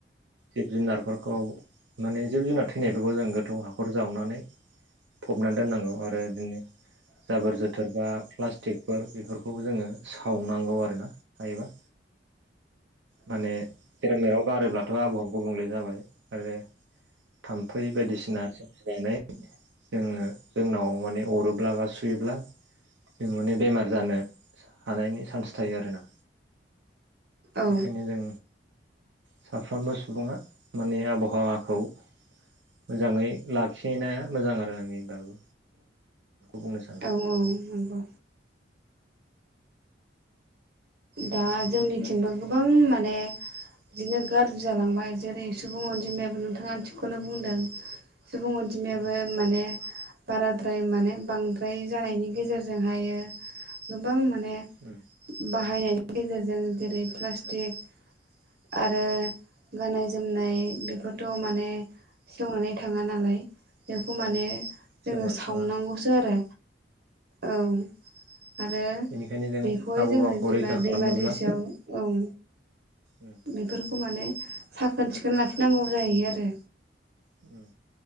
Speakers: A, on the right; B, on the right.
A: जिब जुनारफोरखौ माने जिब जुनार थैनायफोरखौ जों गोथौ हाखर जावनानै फबनानै दोननांगौ आरो बिदिनो जाबोर जोथोरबा प्लास्टिक फोर बेफोरखौबो जोङो सावनांगौ आरोना हायोबा। माने जेराव मेराव गारोब्लाथ' आबौआ गुबुंले जाबाय आरो थाम्फै बायदिसिना सोरोमजिनानै जों जोंनाव माने अरोब्ला बा सुयोब्ला जों माने बेमार जानो हानायनि सान्स थायो आरोना।
B: औ
A: बेखायनो जों साफ्रोमबो सुबुङा माने आबहावाखौ मोजाङै लाखिनाया मोजां आरो आंनिबाबो। बुंनो सानो
B: औ औ नंगौ। दा जोंनिथिंबो गोबां माने बिदिनो गाज्रि जालांबाय जेरै सुबुं अनजिमायाबो नोंथाङा थिकखौनो बुंदों सुबुं अनजिमायाबो
A: उम
B: माने बाराद्राय माने बांद्राय जानायनि गेजेरजोंहायो गोबां माने म
A: उम
B: बाहायनायनि गेजेरजों जेरै प्लाटिक आरो गाननाय जोमनाय बेफोरथ' माने संनानै थाङा नालाय बेखौ माने
A: उम
B: जोङो
A: सेवनानै
B: सावनांगौसो
A: थाङा
B: आरो औ। आरो
A: बेनिखायनो जों
B: बेखौहाय
A: आबहावाखौ
B: जोङो जेनेबा
A: रैखा खालामनोब्ला
B: दैमा दैसायाव ओं।
A: उम
B: बेफोरखौ माने साखोन सिखोन लाखिनांगौ जाहै आरो
A: उम